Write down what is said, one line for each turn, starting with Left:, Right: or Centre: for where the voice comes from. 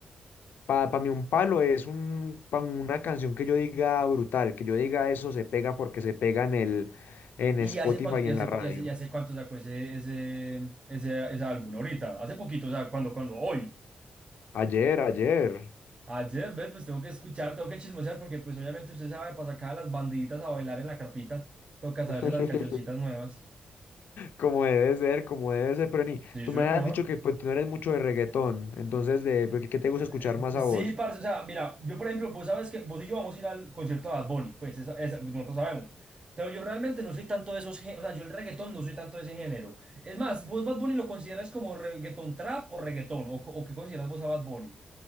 Left: Para mí un palo es un, pa' una canción que yo diga brutal, que yo diga eso se pega porque se pega en el, en
Right: ¿Y
Left: Spotify
Right: hace cuánto, y
Left: y en
Right: hace,
Left: la radio.
Right: cua- y hace, y hace cuánto sacó ese, ese, ese, ese álbum? Ahorita, hace poquito, o sea, cuando, cuando, hoy.
Left: Ayer, ayer.
Right: Ayer, ¿ves? Pues tengo que escuchar, tengo que chismosear, porque pues obviamente usted sabe, para sacar a las bandiditas a bailar en la carpita, toca saberse
Left: <laughs>
Right: las cancioncitas nuevas.
Left: Como debe ser, como debe ser, pero ni,
Right: Sí,
Left: tú
Right: señor.
Left: me has dicho que pues, tú no eres mucho de reggaetón, entonces de pues, ¿qué te gusta escuchar
Right: Eh,
Left: más
Right: pues
Left: a vos?
Right: sí, parce, o sea, mira, yo por ejemplo, vos sabes que vos y yo vamos a ir al concierto de Bad Bunny, pues esa, esa- pues, nosotros sabemos. Pero yo realmente no soy tanto de esos géneros, o sea, yo el reggaetón no soy tanto de ese género. Es más, ¿vos Bad Bunny lo consideras como reggaetón trap o reggaetón? ¿O, co- o qué consideras vos a Bad Bunny?